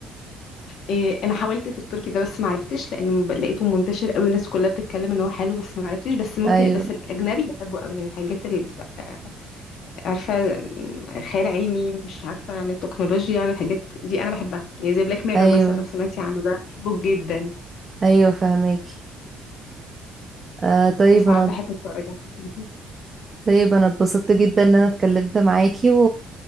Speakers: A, on the left; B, on the right.
A: إيه انا حاولت في التركي ده بس ما عرفتش لان ب- لقيته منتشر قوي الناس كلها بتتكلم ان هو حلو بس ما عرفتش بس ممكن
B: ايوه
A: بس الاجنبي بحبه قوي يعني الحاجات اللي بتبقى عارفة م- خيال علمي مش عارفة عن التكنولوجيا عن الحاجات دي أنا بحبها يعني زي بلاك ميرور
B: ايوه
A: مثلا لو سمعتي عنه ده أنا بحبه جدا
B: ايوه فهماكي آه طيب
A: فساعات
B: انا
A: بحب أتفرج على الحاجات دي
B: طيب انا اتبسطت جدا ان انا اتكلمت معاكي و...